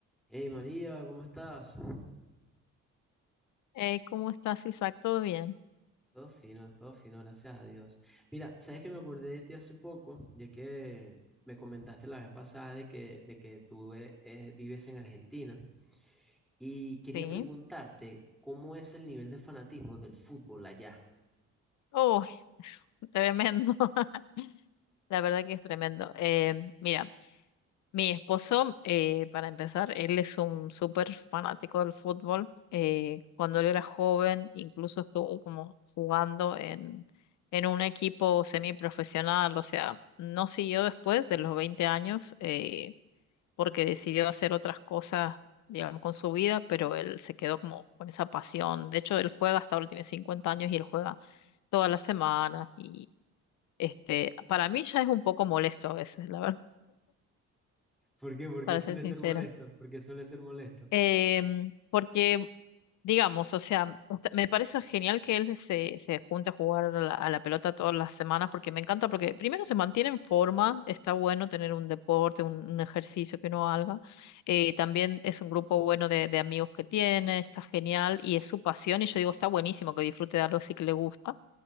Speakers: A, in the centre; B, on the left (about 70°).
A: Hey María, ¿cómo estás?
B: Eh, ¿cómo estás, Isaac? ¿Todo bien?
A: Todo fino, todo fino, gracias a Dios. Mira, sabes que me acordé de ti hace poco, ya que me comentaste la vez pasada de que, de que tú eh, eh, vives en Argentina y quería
B: Sí.
A: preguntarte cómo es el nivel de fanatismo del fútbol allá.
B: Oh, <laughs> tremendo. <laughs> La verdad que es tremendo. Eh, mira, mi esposo, eh, para empezar, él es un súper fanático del fútbol. Eh, cuando él era joven, incluso estuvo como jugando en, en un equipo semiprofesional. O sea, no siguió después de los 20 años. eh, porque decidió hacer otras cosas, digamos, con su vida, pero él se quedó como con esa pasión. De hecho, él juega, hasta ahora tiene 50 años y él juega todas las semanas y este, para mí ya es un poco molesto a veces, la verdad,
A: ¿Por
B: <laughs>
A: qué? Porque
B: para
A: suele
B: ser sincera.
A: ser molesto, porque suele ser molesto.
B: Em, porque, digamos, o sea, está- me parece genial que él se, se junte a jugar a la, a la pelota todas las semanas, porque me encanta, porque primero se mantiene en forma, está bueno tener un deporte, un, un ejercicio que uno haga, eh, también es un grupo bueno de, de amigos que tiene, está genial y es su pasión, y yo digo, está buenísimo que disfrute de algo sí que le gusta,